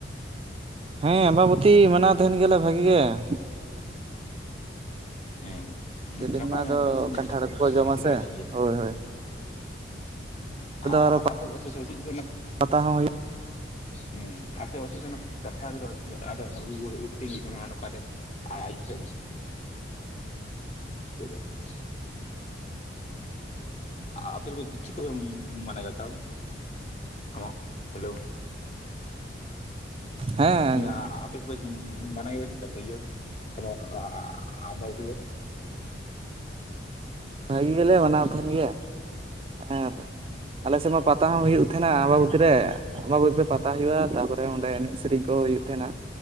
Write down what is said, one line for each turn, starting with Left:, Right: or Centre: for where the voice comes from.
Right: ᱦᱮᱸ ᱟᱢᱵᱟᱵᱚᱛᱤ ᱢᱟᱱᱟᱣ ᱛᱟᱦᱮᱱ ᱜᱮᱭᱟ ᱞᱮ ᱵᱷᱟᱹᱜᱤ ᱜᱮ ᱾
Left: ᱦᱮᱸ
Right: ᱥᱮᱫᱤᱱ
Left: ᱜᱟᱯᱟ
Right: ᱢᱟ ᱟᱫᱚ
Left: ᱢᱮᱭᱟᱝ ᱠᱚᱫᱚ ᱥᱩᱨ ᱱᱟᱛᱚ
Right: ᱠᱟᱱᱴᱷᱟᱲ
Left: ᱦᱟᱸᱜ
Right: ᱠᱚᱠᱚ
Left: ᱟᱨ
Right: ᱡᱚᱢ
Left: ᱵᱮᱥᱤ
Right: ᱟᱥᱮ,
Left: ᱫᱚ ᱵᱟᱹᱪᱩᱜ ᱜᱮᱭᱟ
Right: ᱦᱳᱭ ᱦᱳᱭ ᱾
Left: <unintelligible>
Right: ᱟᱨᱚ ᱯᱟᱛᱟ ᱦᱚᱸ ᱦᱩᱭᱩᱜ
Left: ᱦᱮᱸ <unintelligible> ᱛᱟᱦᱮᱱᱟ ᱚᱠᱟ ᱨᱮ ᱟᱨ ᱟᱡ ᱡᱚᱠᱷᱚᱡ <unintelligible> ᱟᱯᱮ ᱫᱚᱯᱮ ᱪᱮᱫ ᱠᱚᱯᱮ ᱢᱟᱱᱟᱣ ᱫᱟ ᱛᱟᱣ <unintelligible> ᱦᱮᱞᱳ
Right: ᱦᱮᱸ
Left: ᱢᱟᱱᱮ ᱟᱯᱮ ᱥᱮ ᱢᱟᱱᱟᱣ ᱜᱮᱭᱟ ᱪᱮᱫᱠᱟ <unintelligible> ᱟᱢᱵᱟᱵᱚᱛᱤ ᱫᱚ?
Right: ᱵᱷᱟᱹᱜᱤ ᱜᱮᱞᱮ ᱢᱟᱱᱟᱣ ᱛᱟᱦᱮᱱ ᱜᱮᱭᱟ ᱾ ᱮᱸᱫ ᱟᱞᱮ ᱥᱮᱫ ᱢᱟ ᱯᱟᱛᱟ ᱦᱚᱸ ᱦᱩᱭᱩᱜ ᱛᱟᱦᱮᱸᱱᱟ ᱟᱢᱵᱟᱵᱩᱛᱤ
Left: ᱦᱮᱸ
Right: ᱨᱮ ᱟᱸᱢᱵᱟᱵᱩᱛᱤ ᱨᱮ ᱯᱟᱛᱟ ᱦᱩᱭᱩᱜᱼᱟ, ᱛᱟᱯᱚᱨᱮ ᱚᱸᱰᱮ ᱮᱱᱮᱡ ᱥᱮᱨᱮᱧ ᱠᱚ ᱦᱩᱭᱩᱜ ᱛᱟᱦᱮᱱᱟ